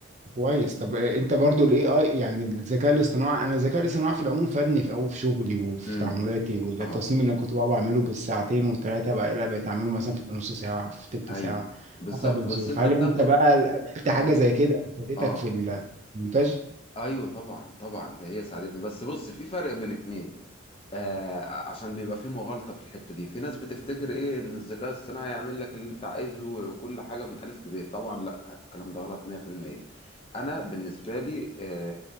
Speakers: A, on the right (about 35°); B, on the left (about 30°).
A: كويس طب انت برضو الاي اي يعني الذكاء الاصطناعي انا الذكاء الاصطناعي في العموم فادني في قوي في شغلي وفي
B: امم
A: تعاملاتي والتصميم
B: اه
A: اللي انا كنت بقعد بعمله بالساعتين والثلاثة بقى لا بقيت اعمله مثلا في نص ساعة في تلت
B: ايوه
A: ساعة
B: بالظبط
A: حسب الظروف
B: بس انت
A: هل
B: بتاخده
A: انت بقى قابلت
B: اه
A: حاجة زي كده فادتك
B: اه
A: في المونتاج
B: ايوه طبعا طبعا ده هي ساعدتني بس بص في فرق بين اتنين آه عشان بيبقى فيه مغالطة في الحتة دي في ناس بتفتكر ايه ان الذكاء الصناعي هيعمل لك اللي انت عايزه وكل حاجة من ألف ب طبعا لا الكلام ده غلط 100% انا بالنسبة لي آه